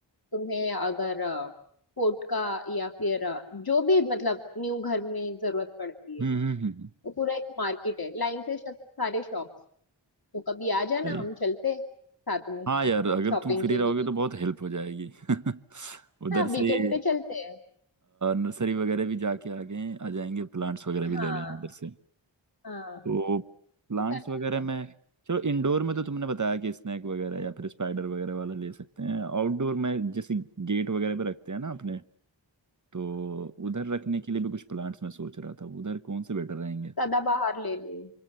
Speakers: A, on the left; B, on the right.
A: तुम्हें अगर कोट का या फिर अ, जो भी मतलब न्यू घर में जरूरत पड़ती
B: हम्म
A: है
B: हम्म हम्म, हम्म।
A: वो पूरा एक मार्केट है लाइन से श- सारे शॉप्स तो कभी आ जाना
B: सही
A: हम
B: है।
A: चलते हैं साथ में
B: हाँ यार अगर
A: शॉपिंग
B: तुम फ्री
A: के
B: रहोगे
A: लिए
B: तो बहुत हेल्प हो जाएगी <laughs> उधर
A: हाँ वीकेंड
B: से ही
A: पे चलते हैं
B: नर्सरी वगैरह भी जाके आगे आ जाएंगे प्लांट्स वगैरह भी
A: हाँ
B: ले लेंगे उधर से
A: हाँ
B: तो प्लांट्स
A: वो कर सकते
B: वगैरह
A: हैं
B: में चलो इंडोर में तो तुमने बताया कि स्नैक वगैरह या फिर स्पाइडर वगैरह वाला ले सकते हैं आउटडोर में जैसे गेट वगैरह पे रखते हैं ना अपने तो उधर रखने के लिए भी कुछ प्लांट्स मैं सोच रहा था उधर कौन से बेटर रहेंगे
A: सदाबहार ले लो